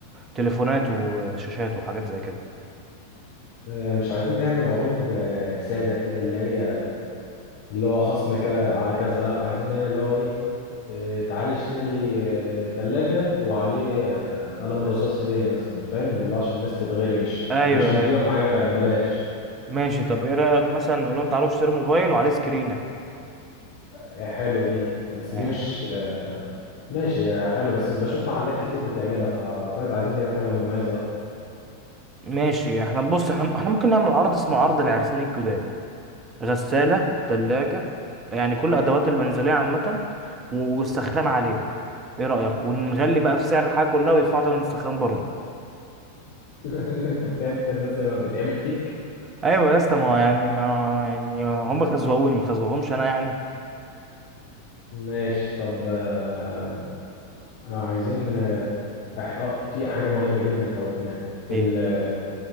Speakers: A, on the right; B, on the left.
A: تليفونات وشاشات وحاجات زي كده
B: آه، مش عايزين نعمل عروض آه، سادة كده اللي هي اللي هو خصم كذا على كذا لا عايزين نعمل اللي هو ايه آه، تعالي اشتري آه، تلاجة وعليه آه، قلم رصاص هدية مثلا فاهم اللي هو عشان الناس تتغري مش
A: ايوه
B: مش نديهم
A: ايوه
B: حاجة ببلاش
A: ماشي طب ايه رايك مثلا نقول لهم تعالوا اشتروا موبايل وعليه سكرينه
B: آه، حلوة دي بس
A: آه.
B: دي مش آه، ماشي يا حلو بس بشوف محلات كتير بتعملها فأعتقد عايزين نعمل حاجة مميزة أكتر
A: ماشي احنا بص احنا احنا ممكن نعمل عرض اسمه عرض العرسان الجداد غساله ثلاجه يعني كل ادوات المنزليه عامه والسخان علينا ايه رايك ونغلي بقى في سعر الحاجه كلها ويدفعوا تمن السخان برضه
B: <laughs> أنت بتعمل في الناس زي ما بتعمل فيك
A: ايوه يا اسطى ما هو يعني ما يعني هم خزوهوني ما خزوهمش انا يعني
B: ماشي طب آه، عايزين آه آه، في حاجة مهمة جدا فوتناها
A: ليه
B: ال-